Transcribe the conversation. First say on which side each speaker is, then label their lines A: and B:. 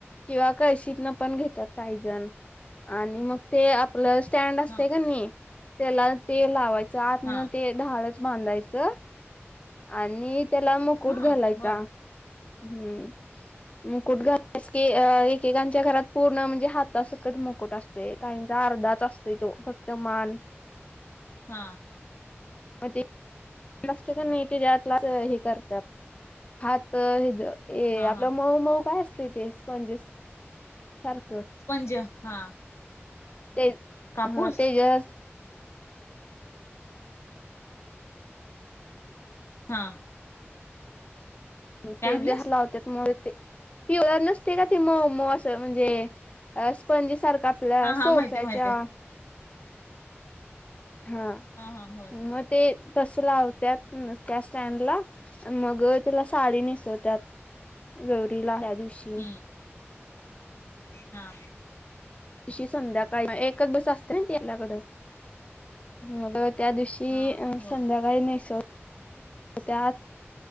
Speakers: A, on the left (about 30°); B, on the left (about 75°).
A: किंवा कळशी न पण घेतात काही जण आणि मग ते स्टँड असते
B: हा हा
A: का नाही. त्याला ते लावायचं आतन
B: हा
A: ते ढाळच बांधायचं आणि. त्याला मुकुट
B: हा
A: घालायचा
B: बर
A: हम्म. मुकुट घ एकेकांच्या घरात पूर्ण म्हणजे हातासकट मुकुट असते. काहींचा अर्धाच असतय तो फक्त मान.
B: हा.
A: मग ते मस्त नाही ते त्यात हे करतात हात हे ज. ए
B: हा
A: आपलं
B: हा
A: मऊ मऊ काय असतं ते स्पंजेस सारखं.
B: स्पंज हा.
A: ते
B: कापूस
A: हा तेजस.
B: हा.
A: <inaudible>
B: काय म्हणलीस
A: ती व नसत्या काय मऊ मऊ असं म्हणजे अ स्पंज सारखं आपल्या
B: हा हा
A: सोफ्याच्या
B: माहितीय माहितीय
A: हा
B: हा होय
A: मग ते तस लावत्या त्या स्टँडला मग तिला साडी नेसवत. गौरीला या दिवशी.
B: हम्म हा.
A: दिवशी संध्याकाळी एकच बस असते ना तल्याकड मग त्या दिवशी. ती
B: हा
A: अ
B: होय
A: संध्याकाळी नेसो त्यात